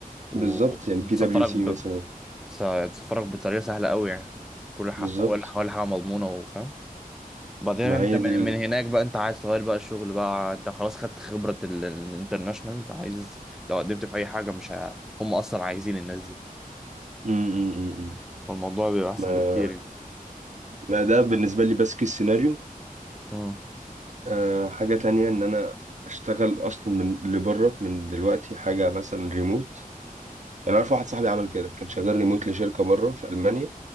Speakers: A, in the centre; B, on the right (about 55°).
A: ومتسفرك
B: بالظبط يعني بي دبليو سي
A: ب...
B: مثلا
A: بس- بتسفرك بطريقة سهلة اوي يعني كل حاجة
B: بالظبط
A: ولا ولا حاجة مضمونة وفاهم بعدين
B: ما
A: انت
B: هي
A: من,
B: دي ال...
A: من هناك بقى انت عايز تغير بقى الشغل بقى انت خلاص خدت خبرة الانترناشونال عايز لو قدمت في اي حاجة مش ه... هم اصلا عايزين الناس دي
B: م -م -م. م.
A: فالموضوع بيبقى احسن
B: ما...
A: بكتير يعني
B: ما ده بالنسبه لي بس كيس سيناريو
A: امم
B: آه حاجه تانية ان انا اشتغل اصلا من لبره من دلوقتي حاجه مثلا ريموت يعني عارف واحد صاحبي عمل كده كان شغال ريموت لشركه بره في المانيا